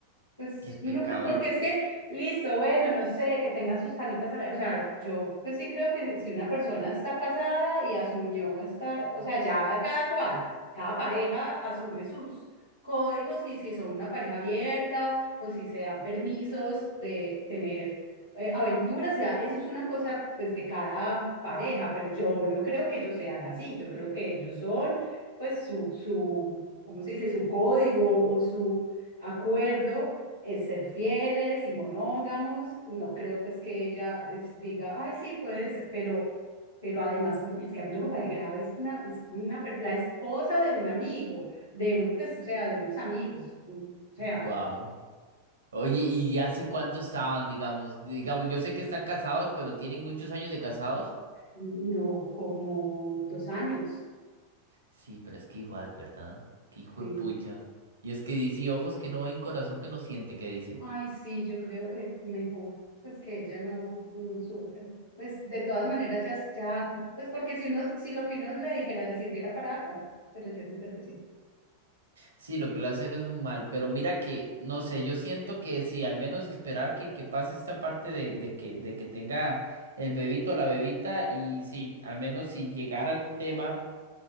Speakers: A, on the left; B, on the right.
A: Pues
B: qué pecado.
A: no, pe- porque
B: Y,
A: es que, listo, bueno, no sé, que tengan sus canitas, al aire, o sea, yo pues sí creo que si una persona está casada y asumió estar, o sea, ya cada cual, cada pareja asume sus códigos y si son una pareja abierta o si se dan permisos de tener eh, aventuras, ya eso es una cosa pues de cada pareja, pero yo no creo que ellos sean así, yo creo que ellos son pues su, su, ¿cómo se dice? Su código o su acuerdo es ser fieles y monógamos. No creo pues que ella es- diga, ay, sí, puedes, pero, pero además con- es que a mí lo que me parece grave es, una, es con una, per- la esposa de un amigo, de un, pues, o sea, de unos amigos, o sea,
B: wow. Oye, ¿y hace cuánto estaban, digamos? Digamos, yo sé que están casados, pero tienen muchos años de casados.
A: no como dos años,
B: Sí, pero es que igual, ¿verdad? Qué hijo
A: sí.
B: de pucha. Y es que dice, ojos que no ven, corazón que no siente, que dicen.
A: Ay, sí, yo creo eh, mejor pues que ella no, no sufra. Pues de todas maneras ya, ya, pues porque si uno, si lo que uno le dijera le sirviera para algo, pero yo no creo que sí.
B: Sí, lo que le hacer es un mal, pero mira que, no sé, yo siento que sí, al menos esperar que, que pase esta parte de, de que, de que tenga el bebito o la bebita, y sí, al menos si llegara el tema,